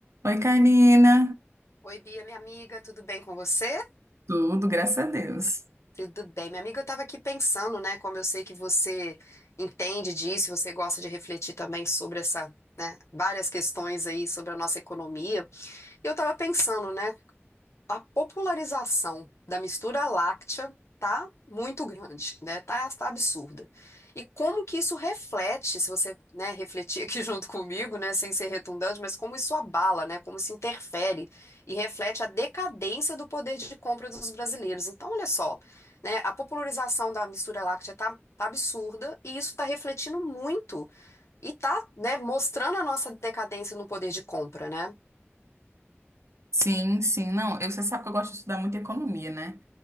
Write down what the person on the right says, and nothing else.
Oi, Karina.
Tudo, graças a Deus.
Sim, sim, não. Eu, você sabe que eu gosto de estudar muito economia, né?